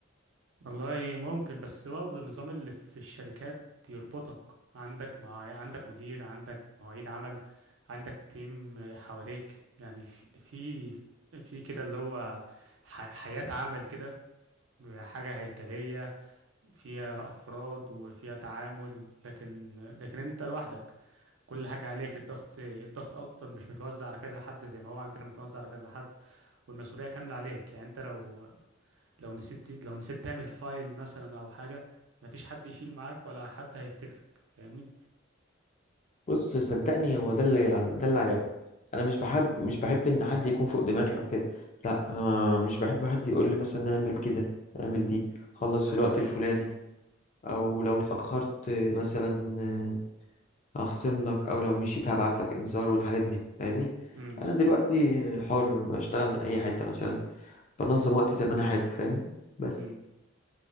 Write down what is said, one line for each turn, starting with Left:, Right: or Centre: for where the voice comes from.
Right: والله ممكن بس برضه النظام اللي في الشركات يربطك عندك مع عندك مدير عندك مواعيد عمل عندك تيم حواليك يعني في في في كده اللي هو ح- حياة عمل كده حاجة هيكلية فيها أفراد وفيها تعامل لكن لكن أنت لوحدك كل حاجة عليك الضغط الضغط أكتر مش متوزع على كذا حد زي ما هو عندنا متوزع على كذا حد والمسؤولية كاملة عليك يعني أنت لو لو نسيت لو نسيت تعمل فايل مثلا أو حاجة مفيش حد يشيل معاك ولا حد هيفتكرك فاهمني؟
Left: بص صدقني هو ده اللي ده اللي عجبني أنا مش بحب مش بحب إن حد يكون فوق دماغي أو كده لا آه مش بحب حد يقول لي مثلا اعمل كده اعمل دي خلص في الوقت الفلاني أو لو اتأخرت آه، مثلا آه، هخصم لك أو لو مشيت هبعت لك إنذار والحاجات دي فاهمني
Right: امم
Left: أنا دلوقتي حر بشتغل من أي حتة مثلا بنظم وقتي زي ما انا احب فاهمني بس
Right: امم